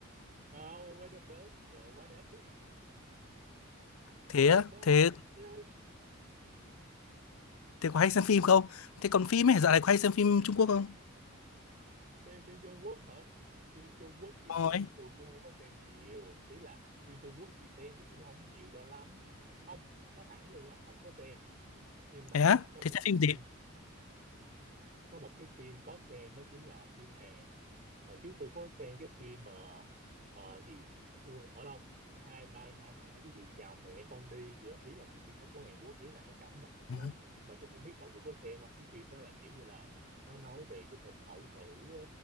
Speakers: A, on the right; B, on the left.
A: không phải đớp đớn gì trời quá đáng
B: Thế
A: Trời
B: á,
A: má
B: thế
A: anh sát
B: thế có hay xem phim không? Thế còn phim ấy, dạo này có hay xem phim Trung Quốc không?
A: xem phim Trung Quốc hả phim Trung Quốc thì
B: Ôi,
A: nói thiệt tôi cũng không có xem nhiều ý là phim Trung Quốc thì xem thì cũng không nhiều cho lắm không nói thẳng luôn là không có xem nhưng mà
B: thế á,
A: có có
B: thế
A: một
B: xem
A: cái
B: phim
A: phim
B: gì?
A: có một cái phim có xem đó chính là phim Hàn hồi trước tôi có xem cái phim mà ờ gì thương ở đâu hai bye mai mai cái gì chào mẹ con đi gì đó. ý là cái phim đó của Hàn Quốc ý là nó cảm động lắm
B: Ừ.
A: mà tôi không biết mọi người có xem không cái phim đó là kiểu như là nó nói về cái tình mẫu tử á.